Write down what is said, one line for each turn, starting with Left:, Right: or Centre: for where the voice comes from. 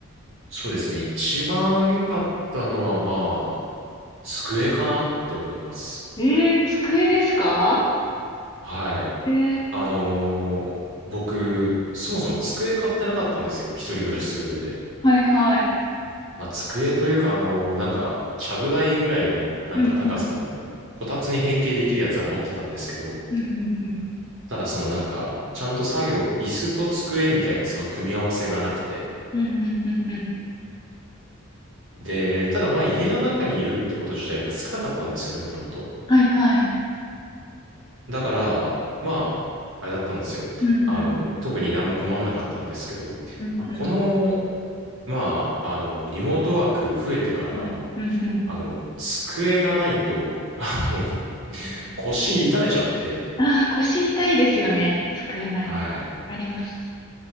Right: そうですね。一番良かったのは、まあ、机かなって思います。
Left: い。えー、机ですか
Right: はい。
Left: えー、
Right: あのー僕、そもそも机買ってなかったんですよ。一人暮らしする上で。
Left: はいはい。
Right: まあ、机というか、あのーなんか、ちゃぶ台ぐらいの、なんか高さの、
Left: うんうん、
Right: こたつに変形できるやつは持ってたんですけど、
Left: うん、うん、うん、
Right: ただそのなんか、ちゃんと作業、椅子と机みたいなその組み合わせがなくて。
Left: うん、うん、うん。
Right: で、ただまあ家の中にいるってこと自体が少なかったんですよね、もともと。
Left: はいはい。
Right: だから、まあ、あれだったんですよ。
Left: うん、
Right: あの、
Left: うん、
Right: 特に何も困んなかったんですけど、
Left: うん、うん、
Right: この、まあ、あの、リモートワーク増えてから、
Left: うん、うん。うん
Right: あの、机がないと、<laughs> あの、<laughs> 腰痛めちゃって、
Left: ああー、腰痛いですよね。机ない。
Right: はい。
Left: あります。